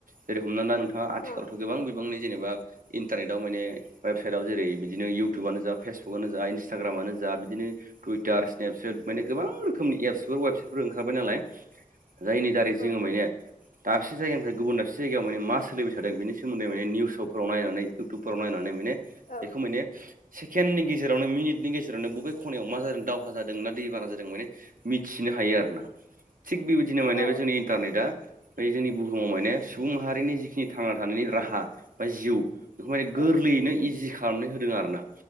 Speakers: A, on the right (about 75°); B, on the left (about 70°).
A: जेरै हमनानै ला नों थाङा आथिखालावथ'
B: औ
A: गोबां बिबांनि जेनेबा इन्टारनेटाव माने वेबसाइटआव जेरै बिदिनो इउटुबानो जा फेसबुकआनो जा इन्सटाग्रामानो जा बिदिनो टुइटार स्नेपसेेट माने गोबां रोखनि एबसफोर वेबसाइटफोर ओंखारबाय नालाय जायनि दारै
B: औ
A: जोङो माने दाबसे जायगानिफ्राय गुबुन दाबसे जायगायाव माने मा सोलिबाय थादों बेनि सोमोन्दै बे निउसफ्राव नायनानै इउटुबफोराव नायनानै माने
B: औ
A: बेखौ माने सेकेण्डनि गेजेरावनो मिनिटनि गेजेरावनो बबे खनायाव मा जादों दावहा जादों ना दैबाना जादों माने मिथिनो हायो आरोना थिग बेबायदिनो माने
B: औ
A: जोंनि इन्टारनेटआ बे जोंनि बुहुमाव माने सुबुं माहारिनि जिखिनि थांना थानायनि राहा बा जिउ बेखौ माने
B: औ
A: गोरलैयैनो इजि खालामनानै होदों आरो ना